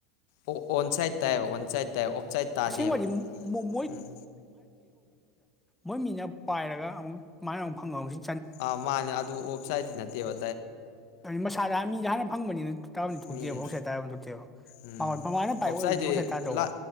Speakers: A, on the left; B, in the centre.
A: ꯑꯣ ꯑꯣꯟ ꯁꯥꯏꯠ ꯇꯥꯏꯌꯦꯕ ꯑꯣꯟ ꯁꯥꯏꯠ ꯑꯣꯞꯁꯥꯏꯠ ꯇꯥꯗꯦꯕ
B: ꯑꯁꯦꯡꯕꯗꯤ <unintelligible> <unintelligible>
A: ꯎꯝ
B: ꯃꯣꯏ ꯃꯤꯅ ꯄꯥꯏꯔꯒ ꯑꯃꯨꯛ ꯃꯥꯏ ꯑꯃꯨꯛ ꯐꯪꯉꯧꯔꯤ
A: ꯑ ꯃꯥꯅꯦ ꯑꯗꯨ ꯑꯣꯞꯁꯥꯏꯇ ꯅꯠ ꯇꯦꯕ
B: ꯃꯁꯥꯗ ꯃꯤꯗ ꯍꯥꯟꯅ ꯐꯪꯕꯅꯤꯅ ꯇꯥꯕ ꯊꯣꯛꯇꯦꯕ
A: ꯃꯤꯅ
B: ꯑꯣꯁꯥꯏꯠ ꯇꯥꯕ ꯊꯣꯛꯇꯦꯕ
A: ꯎꯝ
B: ꯃꯃꯥꯅ ꯄꯥꯏ
A: ꯑꯣꯞꯁꯥꯏꯠꯇꯤ
B: ꯑꯣꯏꯔꯨꯗꯤ ꯑꯣꯁꯥꯏꯠ ꯇꯥꯗꯧꯕ
A: ꯂꯥ